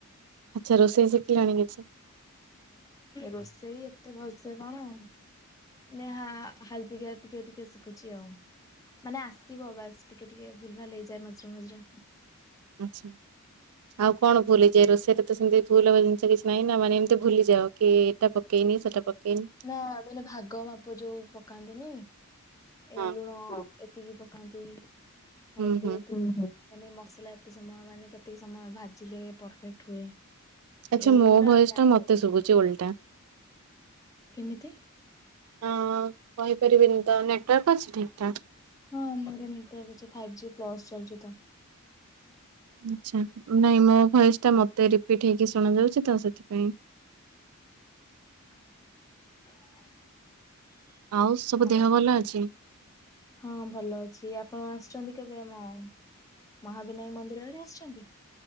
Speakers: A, on the right; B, on the left.
A: ଆଚ୍ଛା ରୋଷେଇ ଶିଖିଲଣି କିଛି?
B: ରୋଷେଇ ଏତେ ଭଲସେ କଣ? ନା ହାଲପିକା ଟିକେ ଟିକେ ଶିଖୁଛି ଆଉ। ମାନେ ଆସିବ ବାସ ଟିକେ ଟିକେ ଭୁଲ ଭାଲ ହେଇଯାଏ ମଝିରେ ମଝିରେ
A: ଆଚ୍ଛା। ଆଉ କଣ ଭୁଲହେଇଯାଏ ରୋଷେଇରେ ସେମିତି ଭୁଲ ହବା ଜିନିଷ କିଛି ନାହିଁ ନା ମାନେ ଏମିତି ଭୁଲିଯାଅ? କି ଏଟା ପକେଇନି ସେଟା ପକେଇନି
B: ନା ମାନେ ଭାଗ ମାପ ଯୋଉ ପକାନ୍ତିନି। ଏ
A: ହଁ
B: ଲୁଣ ଏତିକି ପକାନ୍ତି ହଳଦୀ
A: ହୁଁ ହୁଁ
B: ଏତିକି ମାନେ ମସଲା ଏତେ ସମୟ ମାନେ କେତିକି ସମୟ ଭାଜିଲେ ପରଫେକ୍ଟ ହୁଏ।
A: ଆଚ୍ଛା
B: ଏଇଗୁଡା
A: ମୋ ଭଏସେଟା
B: ଜାଣିପାରିବି।
A: ମତେ ଶୁଭୁଚି ଓଲଟା।
B: କେମିତି?
A: ହଁ କହିପାରିବିନିତ ନେଟୱାର୍କ ଅଛି ଠିକ୍ ଠାକ୍?
B: ହଁ ମୋର ନେଟୱାର୍କ ଅଛି ଫାଇଭ୍ ଜି ପ୍ଲସ୍ ଚାଲିଚିତ।
A: ଆଛା ନାଇଁ ମୋ ଭଏସଟା ମତେ ରିପିଟି ହେଇକି ଶୁଣା ଯାଉଚିତ ସେଥିପାଇଁ
B: <inaudible>
A: ଆଉ ସବୁ
B: ଆଉ
A: ଦେହ ଭଲ ଅଛି?
B: ହଁ ଭଲ ଅଛି, ଆପଣ ଆସିଛନ୍ତି କେବେ ଆମ ମହାବିନାୟକ ମନ୍ଦିର ଆଡ଼େ ଆସିଛନ୍ତି?